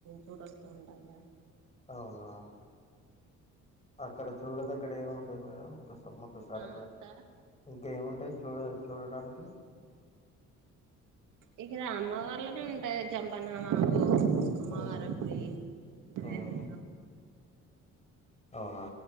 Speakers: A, on the right; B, on the left.
A: చూ వస్తూ ఉంటారు కదా
B: అవునా అక్కడ చూడదగ్గర ఏముంటుంది మేడం ఒక సమ్మర్ ఒకసారిగా
A: ఆ సార్
B: ఇంకేముంటాయి చూడ చూడడానికి
A: ఇక్కడ అమ్మ వార్లనే ఉంటాయి చంపనామాబు కుమవార
B: మ్మ్
A: గుడి అవే
B: మ్మ్
A: వు
B: అవునా